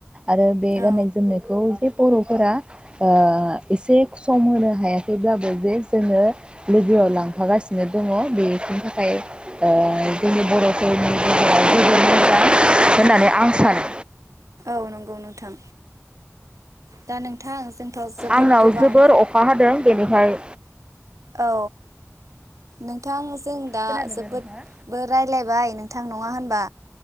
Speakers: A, on the right; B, on the right.
A: आरो बे
B: औ
A: गाननाय जोमनायखौ जे बर'फोरा ओ एसे सम होनो हायाखैब्लाबो जे जोङो लोगोआव लांफागासिनो दङ बेफोरनि ओ थाखाय जोंनि बर'फोरनि गेजेर जोबोद मोजां होननानै आं सानो
B: औ नंगौ नोंथां दा नोंथां जोंथ' जोबोद
A: आंनाव
B: गोबां
A: जोबोर अखा हादों बेनिखाय
B: औ नोंथां जों दा
A: खोनादोंना
B: जोबोदबो
A: नोंथाङा?
B: रायलायबाय नों थां नङा होनबा?